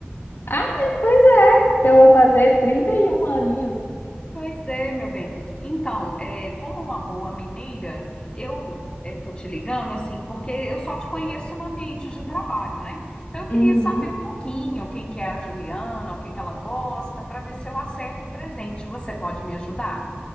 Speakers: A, on the left; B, on the left.
A: Ah, pois é. Eu vou fazer 31 aninhos.
B: Pois é, meu bem. Então, é, como uma boa mineira, eu estou te ligando assim, porque eu só te conheço no ambiente de trabalho, né? Então, eu queria
A: Uhum.
B: saber um pouquinho quem que é a Juliana, o que que ela gosta, para ver se eu acerto o presente. Você pode me ajudar?